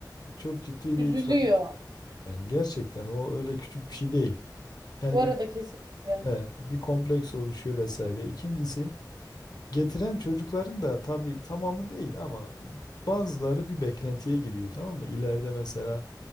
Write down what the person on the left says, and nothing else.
çok ciddi bir
itiraf. Yani gerçekten o öyle küçük bir şey değil. Yani
bir
he, bir kompleks oluşuyor vesaire. İkincisi, getiren çocukların da tabii tamamı değil ama bazıları bir beklentiye giriyor tamam mı? İleride mesela